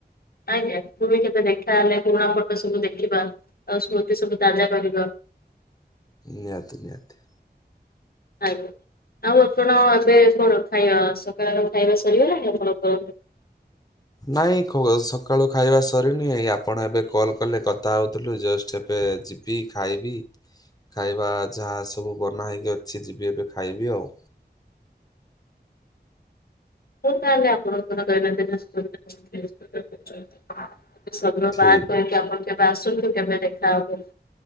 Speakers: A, on the left; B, on the left.
A: ଆଜ୍ଞା ପୁଣି କେବେ ଦେଖାହେଲେ ପୁରୁଣା ଫଟୋ ସବୁ ଦେଖିବା। ଆଉ ସ୍ମୁତିସବୁ ତାଜା କରିବ।
B: ନିହାତି ନିହାତି।
A: ଆଜ୍ଞା ଆଉ ଆପଣ ଏବେକଣ ଖାଇବା ସକାଳର ଖାଇବା ସରିଗଲାଣି ଆପଣଙ୍କର।
B: ନାଇଁ କୂଅ ସକାଳୁ ଖାଇବା ସରିନି ଏଇ ଆପଣ ଏବେ କଲ୍ କଲେ କଥା ହେଉଥିଲୁ ଜଷ୍ଟ ଏବେ ଯି ଯିବି ଖାଇବି ଖାଇବା ଯାହା ସବୁ ବନା ହେଇକି ଅଛି ଯିବି ଏବେ ଖାଇବି ଆଉ।
A: ହଁ ତାହେଲେ ଆପଣଙ୍କର ଦୈବାନ୍ଦିନ <unintelligible> ସବର
B: ଠିକ୍
A: ବାହାର କରିକି
B: ଅଛି
A: ଆପଣ କେବେ ଆସନ୍ତୁ କେବେ ଦେଖାହବ?